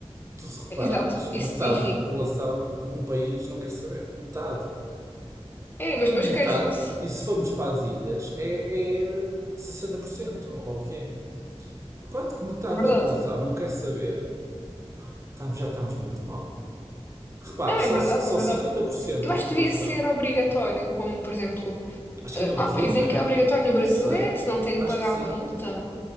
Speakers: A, on the right; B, on the left.
A: Tu, se reparares,
B: Exato, isso,
A: metade
B: enfim.
A: da população de um país não quer saber. Metade.
B: É, mas
A: Quando
B: depois
A: metade,
B: queixam-se.
A: e se formos para as ilhas, é, é 60%, ou lá o que é. Quando que metade
B: É verdade.
A: da população não quer saber, estamos- já estamos muito mal. Repara,
B: Não,
A: só,
B: é verdade,
A: só
B: é verdade.
A: 50%
B: Eu acho
A: da população,
B: que devia ser obrigatório, como por exemplo,
A: acho
B: eh,
A: que é no Brasil,
B: há países
A: não
B: em
A: é?
B: que é obrigatório no
A: Nem
B: Brasil
A: sei.
B: é, se não tem
A: Acho
B: que pagar
A: que sim.
B: uma multa.